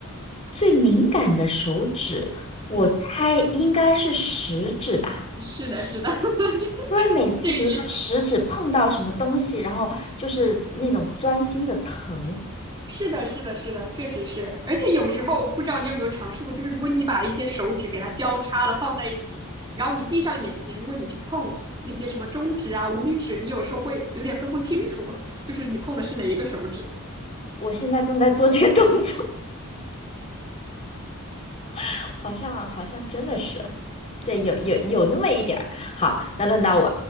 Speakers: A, on the left (about 30°); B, on the right (about 20°).
A: 最敏感的手指，我猜应该是食指吧。
B: 嗯，是的，是的，<laughs> 这
A: 因为每次比如说食指碰到什么东西，
B: 这个你
A: 然后就是那种钻心的疼。
B: 是的，是的，是的，确实是。而且有时候不知道你有没有尝试过，就是如果你把一些手指给它交叉了放在一起，然后你闭上眼睛，如果你去碰那些什么中指啊、无名指，你有时候会有点分不清楚，就是你碰的是哪一个手指。
A: 我现在正在做这个动作，<laughs> 好像好像真的是，对，有有有那么一点儿。好，那轮到我